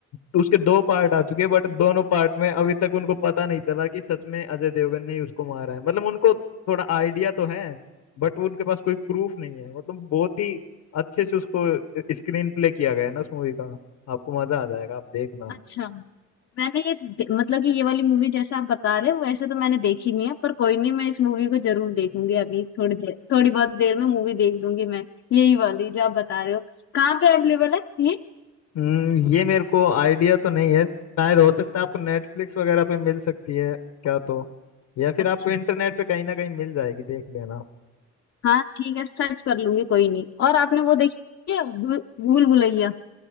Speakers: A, on the left; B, on the left.
A: तो उसके दो पार्ट आ चुके हैं बट दोनों पार्ट में अभी तक उनको पता नहीं चला कि सच में अजय देवगन ने ही उसको मारा है मतलब उनको थोड़ा आइडिया तो है बट उनके पास कोई प्रूफ नहीं है मतलब बहुत ही अच्छे से उसको स्क्रीन प्ले किया गया है ना उस मूवी का आपको मजा आ जाएगा आप देखना
B: अच्छा मैंने ये दे- मतलब कि ये वाली मूवी जैसे आप बता रहे हो वैसे तो मैंने देखी नहीं है पर कोई नहीं मैं इस मूवी को जरूर देखूंगी अभी थोड़ी देर थोड़ी बहुत देर में मूवी देख लूंगी मैं यही वाली जो आप बता रहे हो कहाँ पे अवेलेबल है ये
A: हम्म, ये मेरे को आइडिया तो नहीं है शायद हो सकता है आपको नेटफ्लिक्स वगैरह पे मिल सकती है क्या तो या फिर
B: अच्छा
A: आपको इंटरनेट पे कहीं ना कहीं मिल जाएगी देख लेना
B: हाँ ठीक है सर्च कर लूंगी कोई नहीं और आपने वो देखी है भू- भूल भुलैया